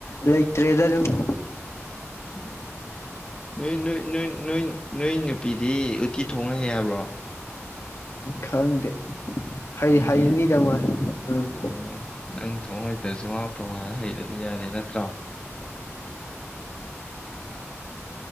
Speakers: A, on the left; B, on the left.
A: ꯂꯩꯇꯔꯦꯗ ꯑꯗꯨꯒ
B: ꯎꯝ ꯅꯣꯏ ꯅꯣꯏ ꯅꯣꯏ ꯅꯣꯏ ꯅꯣꯏ ꯅꯨꯄꯤꯗꯤ ꯎꯇꯤ ꯊꯣꯡ ꯍꯩ ꯍꯥꯏꯕ꯭ꯔꯣ
A: ꯈꯪꯗꯦ ꯍꯩ
B: ꯈꯪꯗꯤꯌꯦ
A: ꯍꯩꯅꯤꯗ ꯃꯣꯏ ꯎꯝ
B: ꯑꯥ ꯅꯪ ꯊꯣꯡꯍꯩꯇ꯭ꯔꯁꯨ ꯃꯥ ꯊꯣꯡꯍꯩꯔꯗꯤ ꯌꯥꯔꯦ ꯅꯠꯇ꯭ꯔꯣ